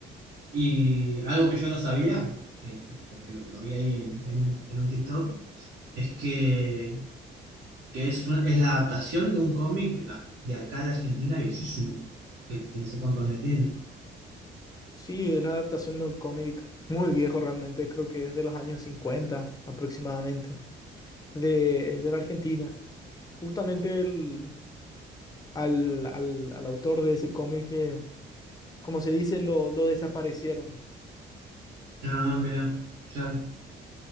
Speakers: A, on the right; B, on the left.
A: Y algo que yo no sabía, eh, que- porque lo, lo vi ahí en, en un, en un TikTok, es que, que es, un- es la adaptación de un cómic a- de acá de Argentina viejísimo, que, que no sé cuántos años tiene.
B: Sí, es la adaptación de un cómic muy viejo realmente, creo que es de los años 50 aproximadamente, de, de la Argentina. Justamente el- al, al- al autor de ese cómic, eh, como se dice, lo, lo desaparecieron
A: Ah, mira, claro.